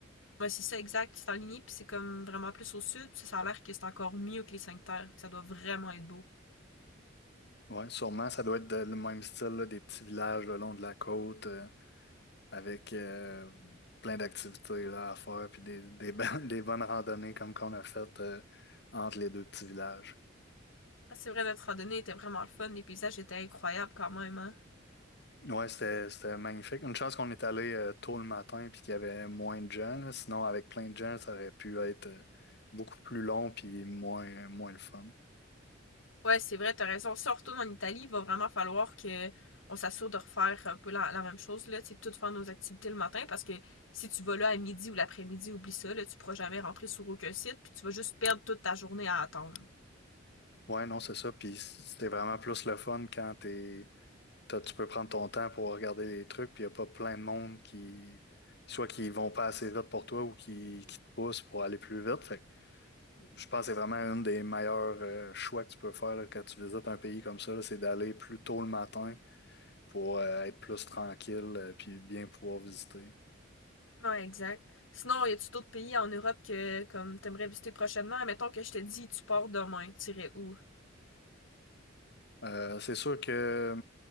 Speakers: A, on the left (about 85°); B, on the left (about 55°).
A: Ouais, c'est ça, exact. C'est en lignée, puis c'est comme vraiment plus au sud. Ça, ça a l'air que c'est encore mieux que les Cinq Terres. Ça doit vraiment être beau.
B: Ouais, sûrement, ça doit être de- le même style, là, des petits villages le long de la côte. euh, avec euh, plein d'activités là, à faire, puis des, des, bonnes, <laughs> des bonnes randonnées comme qu'on a faites euh, entre les deux petits villages.
A: Ah, c'est vrai, notre randonnée était vraiment le fun. Les paysages étaient incroyables quand même, hein.
B: Ouais, c'était, c'était magnifique. Une chance qu'on est allé euh, tôt le matin puis qu'il y avait moins de gens, là. Sinon, avec plein de gens, ça aurait pu être euh, beaucoup plus long puis moins, moins le fun.
A: Ouais, c'est vrai, t'as raison. Si on retourne en Italie, il va vraiment falloir que on s'assure de refaire un peu la, la même chose, là, tu sais, toutes faire nos activités le matin, parce que si tu vas là à midi ou l'après-midi, oublie ça, là, tu pourras jamais rentrer sur aucun site, puis tu vas juste perdre toute ta journée à attendre.
B: Ouais, non, c'est ça. Puis c'était vraiment plus le fun quand t'es, t'as- tu peux prendre ton temps pour regarder les trucs, puis il n'y a pas plein de monde qui, soit qui vont pas assez vite pour toi ou qui, qui te poussent pour aller plus vite. Fait que je pense que c'est vraiment un des meilleurs euh, choix que tu peux faire là, quand tu visites un pays comme ça, là, c'est d'aller plus tôt le matin pour euh, être plus tranquille euh, puis bien pouvoir visiter.
A: Non, exact. Sinon, y a-tu d'autres pays en Europe que, comme, t'aimerais visiter prochainement? Mettons que je te dis, tu pars demain, t'irais où?
B: Euh, c'est sûr que